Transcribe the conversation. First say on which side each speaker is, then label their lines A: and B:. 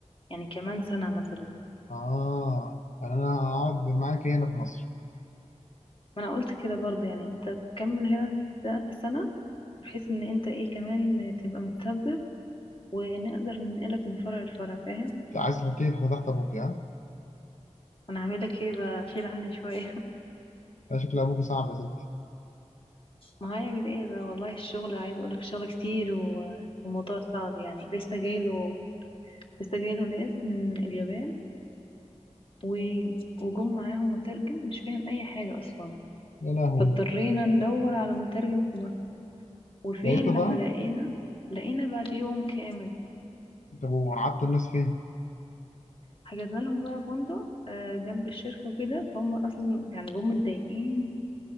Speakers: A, on the left; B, on the left.
A: يعني كمان سنة مثلا
B: اه يعني انا هقعد معاكي هنا في مصر
A: ما انا قلت كده برضه يعني انت تكمل هنا س- سنة بحيث ان انت ايه كمان تبقى متثبت ونقدر ننقلك من فرع لفرع فاهم
B: انت عايز تحطيه تحت ضغط ابوكي ها
A: وانا هعمل لك ايه بقى شيل عني شوية
B: ده شكل ابوكي صعب يا ستي
A: <laughs> ما هو هيعمل ايه بقى والله الشغل عايز اقول لك الشغل كتير و- والموضوع صعب يعني لسه جايله لسه جايله ناس من اليابان و- وجم معاهم مترجم مش فاهم اي حاجة اصلا
B: يا لهوي
A: فاضطرينا ندور على مترجم في مصر وفين
B: لقيته بقى
A: لما لقينا لقينا بعد يوم كامل
B: طب وقعدتوا الناس فين؟
A: فحجزنا لهم بقى فندق آه، جنب الشركة وكده فهم أصلا يعني جم متضايقين